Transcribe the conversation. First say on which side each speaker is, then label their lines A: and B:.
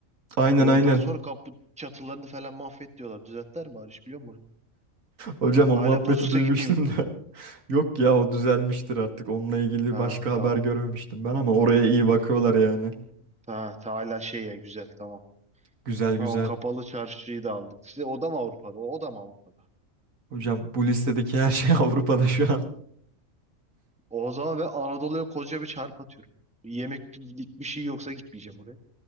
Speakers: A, on the right; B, in the centre.
A: Aynen
B: Oradan
A: aynen.
B: sonra kapı çatılarını falan mahvet diyorlar. Düzeltler mi bari biliyor musun?
A: Hocam
B: Hala
A: o muhabbeti
B: bozuksa
A: duymuştum
B: gitmeyeyim.
A: da. <laughs> Yok ya o düzelmiştir
B: Hı.
A: artık. Onunla ilgili
B: Ha
A: başka haber
B: tamam.
A: görmemiştim ben ama oraya
B: İyi.
A: iyi bakıyorlar yani.
B: Hı. hı hı. Ha, ta- hala şey yani güzel tamam.
A: Güzel güzel.
B: Ama kapalı çarşıyı da aldık. Size o da mı Avrupa'da? O, o da mı Avrupa'da?
A: Hocam bu listedeki her şey <laughs> Avrupa'da şu an.
B: O zaman ve Anadolu'ya koca bir çarp atıyorum. Yemeklik bir şey yoksa gitmeyeceğim oraya.